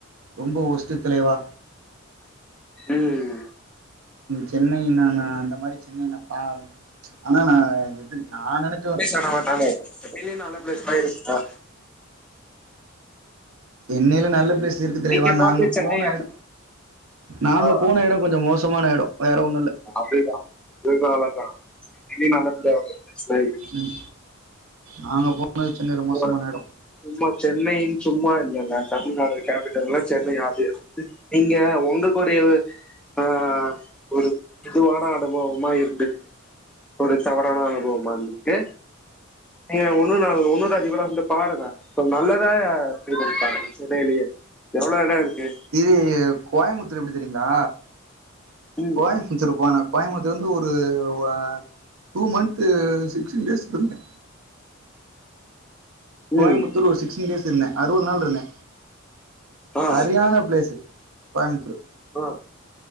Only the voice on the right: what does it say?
ரொம்ப ஒர்ஸ்ட்டு தலைவா
சென்னை நாம அந்த மாரி சென்னை ந பா ஆனா நா எதிரி நா நெனைச்ச
சென்னையில நல்ல பிளேஸ் இருக்கு தலைவா
நாங்க
போன
எடோ நாங்க
போன எடோ கொஞ்ச மோ சமான எடோ வேற ஒண்ணு இலை
ம் நாங்க போனது சென்னையில
மோசமான எடோ
இது கோயம்புத்தூர் எப்படி தெரியீங்களா
கோயமுத்தூர் போனா கோயம்புத்துர்லேந்து ஒரு அ டூ மன்த்து சிக்ஸ்டீன் டேஸ் இருந்தே கோயம்புத்தூர்
ஒரு சிக்ஸ்டீன் டேஸ் இருந்தே அறுவது நாள் இருந்தே
சரியான பிளேஸ்சு கோயம்புத்துரு